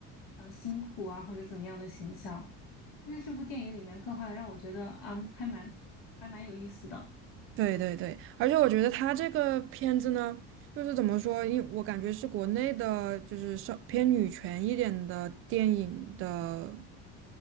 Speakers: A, on the left; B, on the right.
A: 呃，辛苦啊或者怎么样的形象，但是这部电影里面刻画的让我觉得，嗯，还蛮还蛮有意思的。
B: 对对对，而且我觉得他这个片子呢，就是怎么说，因我感觉是国内的，就是稍偏女权一点的电影的